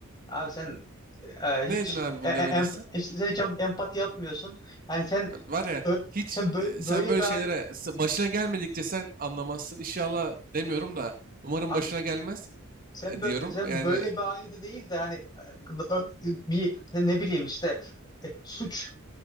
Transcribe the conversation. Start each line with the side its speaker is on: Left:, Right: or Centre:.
Left: Abi sen e, hiç,
Right: Ne dedin abi
Left: e,
Right: bunu
Left: e, emp,
Right: demediysen?
Left: hiç sen hiç em- empati yapmıyorsun. Yani sen
Right: Var ya
Left: ö-
Right: hiç
Left: sen bö-
Right: e, sen
Left: böyle
Right: böyle
Left: bir
Right: şeylere
Left: ay-
Right: s- başına gelmedikçe sen anlamazsın. İnşallah demiyorum da umarım
Left: abi
Right: başına gelmez
Left: Sen
Right: e,
Left: bö-
Right: diyorum.
Left: sen
Right: Yani
Left: böyle bir ailede değil de hani e, ö- bir ne ne bileyim işte e, suç